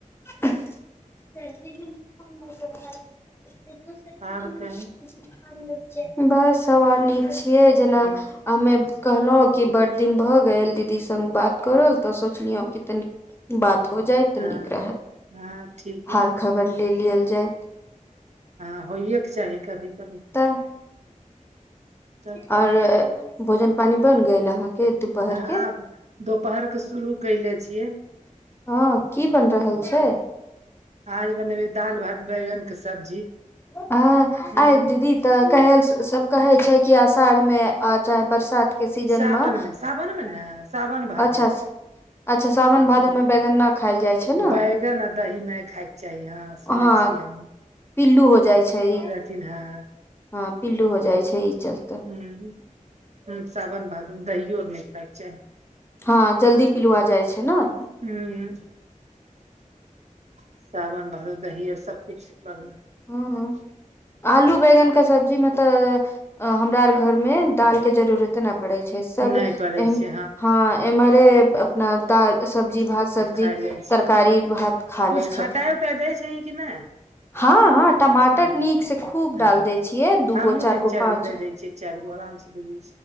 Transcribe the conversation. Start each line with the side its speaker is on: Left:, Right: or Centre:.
Left: दर तऽ क ल <unintelligible>
Right: आर कही
Left: बस, सभ आर नीक छियै जेना।
Right: हँ
Left: हमरा कहलहुँ कि बड़ दिन भऽ गेल दीदीसँ बात केने, तऽ सोचलहुँ कि तनि बात भऽ जाइत तऽ
Right: हँ
Left: नीक रहत,
Right: हँ ठीक य
Left: हाल खबर लऽ लेल जाइत।
Right: हँ, होइके चाही कभी। कभी
Left: तऽ
Right: तब
Left: आओर भोजन पानी बन गेल अहाँके? दुपहर
Right: हँ,
Left: के
Right: दुपहरके शुरू कऽ लेलियै।
Left: हँ, की बनि रहल छै?
Right: आज बनेबै दाल भात बैगन के सब्जी
Left: हँ,
Right: ह
Left: आय दीदी। तऽ कहल सभ कहै छै कि आषाढ़मे, चाहे बरसातमे। के सीजनमे
Right: सावन मे सावन मे ने सावन भादो
Left: अच्छा? अच्छा सावन भादो
Right: हँ,
Left: में बैगन न खायल जाइ छै ने
Right: बैगन आ दही नहि खायके चाही हँ। सुनै
Left: हँ
Right: छियै।
Left: पिल्लू हो जाइ छै ई।
Right: है
Left: हँ पिल्लू हो जाइ छै। ई चलते
Right: हँ हँ, सावन भादवमे दही आर नहि खायके चाही।
Left: हँ, जल्दी पिलुआ जाइ छै ने।
Right: हँ, सावन भादवमे दही आओर सभ किछु बन्द।
Left: ह
Right: <inaudible>
Left: आलू बैगनके सब्जीमे तऽ हमरा आर घरमे दालके जरूरत ने। पड़ै छै सभ,
Right: नहि पड़ै छै
Left: हँ, एम्हरे। अपना दाल, सब्जी, भात, सब्जी
Right: खाय लै छी
Left: तरकारी, भात खा
Right: कुछ
Left: लै
Right: खटाइ
Left: छथिन।
Right: उटाइ दै छही कि नहि
Left: हँ हँ, टमाटर
Right: हँ
Left: नीकसँ खूब
Right: हँ
Left: डाल
Right: हँ
Left: दै छियै दू
Right: हमहूँ
Left: गो, चारि
Right: तीन
Left: गो, पाँच
Right: दे
Left: गो।
Right: दै चारि गो आरामसँ दऽ।